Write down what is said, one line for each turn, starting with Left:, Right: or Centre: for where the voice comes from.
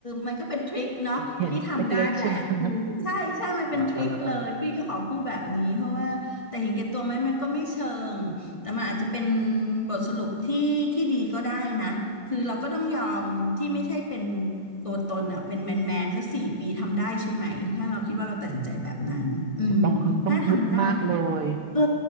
Left: มันก็เป็นทริคเนาะที่ทำได้แหละคือใช่ใช่มันเป็นทริคเลยพี่ก็ขอพูดแบบนี้เพราะว่าแต่เห็นแก่ตัวไหมมันก็ไม่เชิงแต่มันอาจจะเป็น
Right: เห็นเล็กๆใช่ไหม <laughs> เออเออเออ
Left: บทสรุปที่ที่ดีก็ได้นะคือเราก็ต้องยอมที่ไม่ใช่เป็นตัวตนอ่ะเป็นแมนแมนสักสี่ปีทำได้ใช่ไหมถ้าเราคิดว่าเราตัดสินใจแบบนั้นอืมถ้าทำได้
Right: โอ้ต้องฮึดต้องฮึดมากเลย
Left: เออ